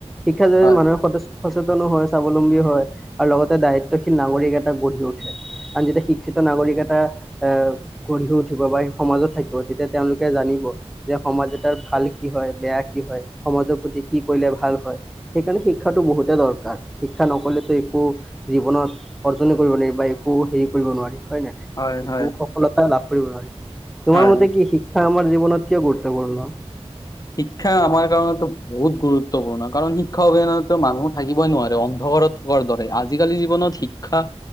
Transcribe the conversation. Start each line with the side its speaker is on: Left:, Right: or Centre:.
Centre: শিক্ষা জৰিয়তে
Left: হয়
Centre: মানুহে সচেতনো হয় স্বাৱলম্বী হয়। আৰু লগতে দায়িত্বশীল নাগৰিক এটা গঢ়ি উঠে কাৰণ যেতিয়া শিক্ষিত নাগৰিক এটা এ গঢ়িও উঠিব বা সেই সমাজত থাকিব তেতিয়া তেওঁলোকে জানিব। যে সমাজ এটাৰ ভাল কি হয় বেয়া কি হয় সমাজৰ প্ৰতি কি কৰিলে ভাল হয়। সেইকাৰণে শিক্ষাটো বহুতে দৰকাৰ শিক্ষা নকৰিলেতো একো জীৱনত অৰ্জনে কৰিব নোৱাৰিব বা একো হেৰি কৰিব নোৱাৰি হয় নাই
Left: হয়
Centre: একো
Left: হয়
Centre: সফলতা লাভ কৰিব নোৱাৰি তোমাৰ
Left: হয়।
Centre: মতে কি শিক্ষা শিক্ষা আমাৰ জীৱনত কিয় গুৰুত্বপূৰ্ণ।
Left: শিক্ষা আমাৰ কাৰণেতো বহুত গুৰুত্বপূৰ্ণ কাৰণ শিক্ষা শিক্ষা অবিহনেতো মানুহ থাকিবই নোৱাৰে অন্ধকাৰত থকাৰ দৰে আজিকালি জীৱনত শিক্ষা